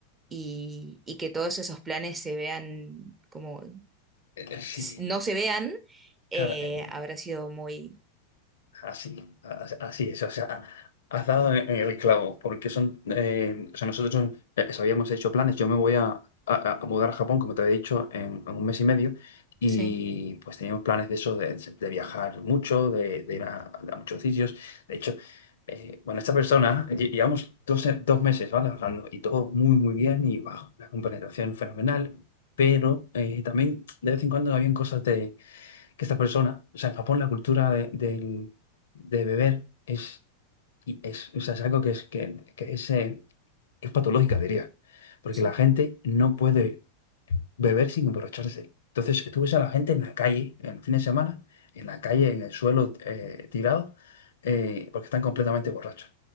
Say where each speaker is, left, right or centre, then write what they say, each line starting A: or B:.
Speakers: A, on the right; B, on the left.
A: y, y que todos esos planes se vean como
B: eh, Sí.
A: s- no se vean, eh,
B: Claro, eh,
A: habrá sido muy...
B: Así, a- así es, o sea, has dado en en el clavo, porque son, eh, o sea, nosotros eh, habíamos hecho planes, yo me voy a, a- a mudar a Japón, como te había dicho, en, en un mes y medio, y
A: Sí,
B: pues teníamos planes de eso, de, de viajar mucho, de, de ir a, a muchos sitios, de hecho, eh, bueno, esta persona, lle- llevamos dos, dos meses, ¿vale? Hablando, y todo muy, muy bien, y bajo, una compenetración fenomenal, pero eh, también de vez en cuando habían cosas que esta persona, o sea, en Japón la cultura de, del- de beber es, y es, o sea, es algo que es, que, que es, eh, es patológica, diría, porque
A: sí,
B: la gente no puede beber sin emborracharse. Entonces, tú ves a la gente en la calle, en el fin de semana, en la calle, en el suelo, eh, tirado, eh, porque están completamente borrachos.